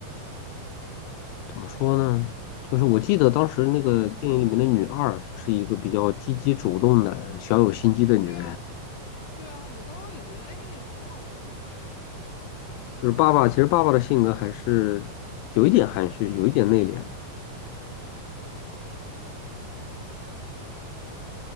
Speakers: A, on the left; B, on the left.
A: 怎么说呢？就是我记得当时那个电影里面的女二，
B: 嗯，
A: 她是一个比较积极主动的、小有心机的女人。
B: 对啊，对啊，我当时也觉得，哎，也挺好的呀。
A: 就是爸爸，其实爸爸的性格还是有一点含蓄，有一点内敛的
B: 嗯，